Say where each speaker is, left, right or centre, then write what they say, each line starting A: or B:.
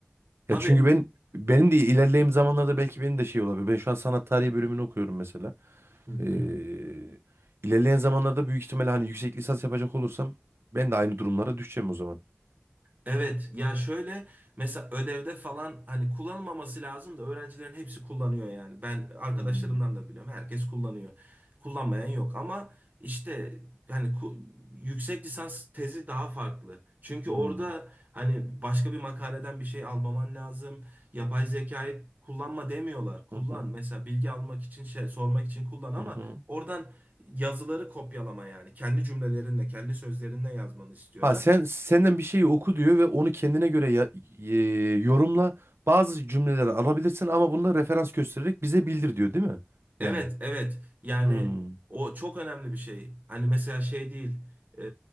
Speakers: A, on the right; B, on the right.
A: Tabii
B: Ya çünkü ben benim de ilerleyen zamanlarda belki benim de şey olabilir. Ben şu an sanat tarihi bölümünü okuyorum mesela.
A: Hı hı.
B: Ee, ilerleyen zamanlarda büyük ihtimalle hani yüksek lisans yapacak olursam ben de aynı durumlara düşeceğim o zaman.
A: Evet ya şöyle mesela ödevde falan hani kullanılmaması lazım da öğrencilerin hepsi kullanıyor yani. Ben arkadaşlarımdan
B: Hmm,
A: da biliyorum herkes kullanıyor. Kullanmayan yok ama işte hani ku- yüksek lisans tezi daha farklı. Çünkü
B: hmm,
A: orada hani başka bir makaleden bir şey almaman lazım. Yapay zekayı kullanma demiyorlar. Kullan
B: hı hı,
A: mesela bilgi almak için şey sormak için kullan ama
B: hı hı.
A: oradan yazıları kopyalama yani. Kendi cümlelerinle kendi sözlerinle yazmanı istiyorlar.
B: Ha sen senden bir şeyi oku diyor ve onu kendine göre ya- e, yorumla. Bazı cümleleri alabilirsin ama bunu da referans göstererek bize bildir diyor değil mi?
A: Evet,
B: Yani.
A: evet. Yani
B: Hmm,
A: o çok önemli bir şey. Hani mesela şey değil. e,